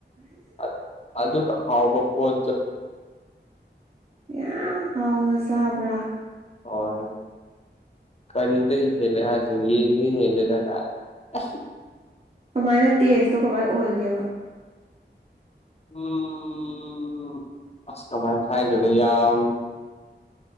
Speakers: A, on the left; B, on the right.
A: ꯑ ꯑꯗꯨꯒ ꯍꯥꯎꯕ ꯄꯣꯠꯆ
B: ꯌꯥꯝ ꯍꯥꯎꯅ ꯆꯥꯕ꯭ꯔꯥ
A: ꯍꯣꯏ ꯀꯔꯤꯗꯩ ꯍꯦꯜꯂꯦ ꯍꯥꯏꯁꯤꯔ ꯌꯦꯟꯗꯩ ꯍꯦꯜꯂꯦꯗ ꯀꯥꯏ ꯑꯁ
B: ꯀꯃꯥꯏꯅ ꯇꯦꯁꯇꯣ ꯀꯃꯥꯏꯅ ꯑꯣꯏꯒꯦꯕ
A: ꯎꯝ ꯑꯁ ꯀꯃꯥꯏ ꯍꯥꯏꯗꯣꯏꯅꯣ ꯌꯥꯝ